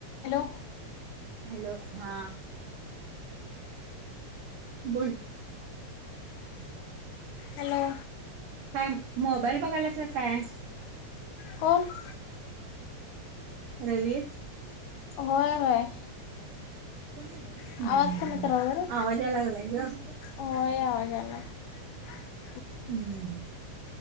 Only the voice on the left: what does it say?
हॅलो.
हॅलो.
कोनं?
होय होय!
आवाज कमी
करावा जरा
होय <inaudible>